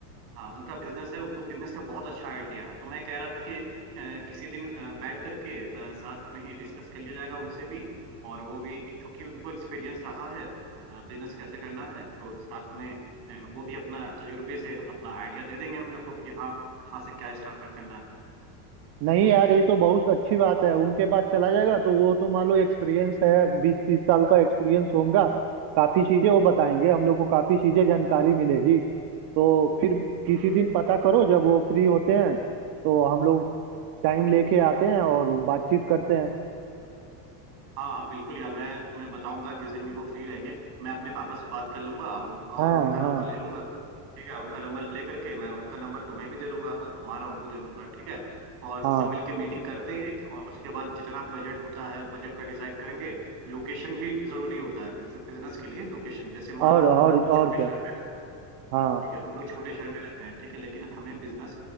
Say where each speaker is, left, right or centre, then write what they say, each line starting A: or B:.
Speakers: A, on the right (about 75°); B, on the right (about 50°).
A: हाँ उनका बिजनेस है उनको बिजनेस का बहुत अच्छा आइडिया है तो मैं कह रहा था कि अ, किसी दिन अ, बैठ करके अ, साथ में ही डिस्कस कर लिया जाएगा उनसे भी और वो भी क्योंकि उनको एक्सपीरियंस रहा है बिजनेस कैसे करना है तो साथ में अ, वो भी अपना तजुर्बे से अपना आइडिया दे देंगे हम लोग को कि हाँ कहाँ से क्या स्टार्ट करना है
B: नहीं यार ये तो बहुत अच्छी बात है उनके पास चला जाएगा तो वो तो मान लो एक्सपीरियंस है बीस तीस साल का एक्सपीरियंस होगा काफी चीजें वो बताएंगे हम लोग को काफी चीजें जानकारी मिलेगी तो फिर किसी
A: हम्म।
B: दिन पता करो जब वो फ्री होते हैं तो हम लोग टाइम लेके आते हैं और बातचीत करते हैं
A: हाँ हाँ बिल्कुल यार मैं तुम्हें बताऊंगा जिस दिन भी वो फ्री रहेंगे मैं अपने पापा से बात कर लूंगा और, और
B: हाँ
A: उनका नंबर
B: हाँ
A: ले लूंगा ठीक है उनका नंबर ले करके मैं उनका नंबर तुम्हें भी दे दूंगा और तुम्हारा उनको दे दूंगा ठीक है और सब
B: हाँ
A: मिलके मीटिंग करते हैं एक और उसके बाद जितना बजट होता है बजट का डिसाइड करेंगे लोकेशन भी जरूरी होता है बिजनेस के लिए लोकेशन जैसे मान
B: और
A: लो
B: और
A: हम लोग तो छोटे
B: और क्या
A: शहर में
B: हाँ
A: ठीक है हम लोग छोटे शहर में रहते हैं ठीक है लेकिन हमें बिजनेस